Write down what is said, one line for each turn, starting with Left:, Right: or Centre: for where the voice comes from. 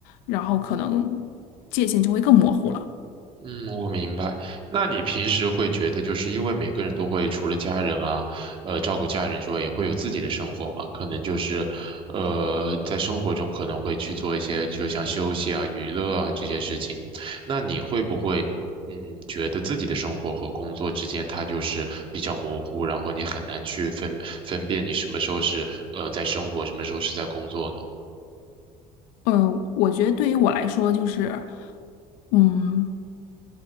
Left: 然后可能界限就会更模糊了。
Right: 嗯，我明白。那你平时会觉得，就是因为每个人都会除了家人啊，呃，照顾家人之外，也会有自己的生活嘛？可能就是，呃，在生活中可能会去做一些，就像休息啊、娱乐啊这些事情。那你会不会，嗯，觉得自己的生活和工作之间它就是比较模糊，然后你很难去分分辨你什么时候是呃在生活，什么时候是在工作呢？
Left: 嗯，我觉得对于我来说，就是，嗯，